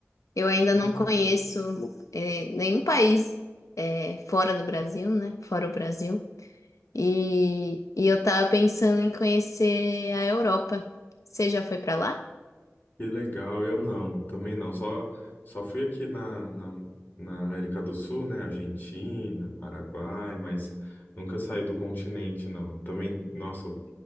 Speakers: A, on the left (about 80°); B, on the left (about 40°).
A: Eu ainda não
B: ah,
A: conheço
B: que legal.
A: eh, nenhum país eh, fora do Brasil, né? Fora o Brasil. E, e eu tava pensando em conhecer a Europa. Você já foi pra lá?
B: Que legal, eu não, também não. Só, só fui aqui na, na, na América do Sul, né? Argentina, Paraguai, mas nunca saí do continente, não. Também, nossa,